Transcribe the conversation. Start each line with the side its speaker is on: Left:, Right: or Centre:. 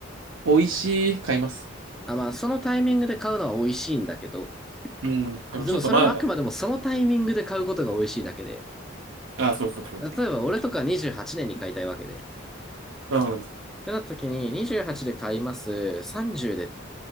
Right: 美味しい。買います。
Centre: あまあそのタイミングで買うのは美味しいんだけど、
Right: うん。でもちょっとまだだ。
Centre: でもそれはあくまでもそのタイミングで買うことが美味しいだけで、
Right: あ、そうそうそう。
Centre: 例えば、俺とか28年に買いたいわけで。っ
Right: うん。
Centre: てなった時に、28で買います。30で、